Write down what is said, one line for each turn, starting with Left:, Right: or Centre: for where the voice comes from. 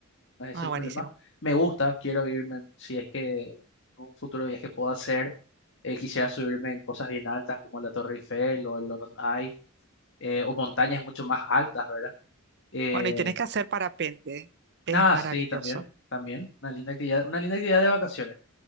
Left: es
Right: Ah,
Left: el
Right: buenísimo.
Left: problema. Me gusta, quiero irme, si es que en un futuro viaje puedo hacer, eh, quisiera subirme en cosas bien altas como la Torre Eiffel o el London Eye, eh, o montañas mucho más altas, ¿verdad? Eh,
Right: Bueno, y tenés que hacer parapente, ¿eh? Es
Left: ah,
Right: maravilloso.
Left: sí, también, también, una linda actividad, una linda actividad de vacaciones,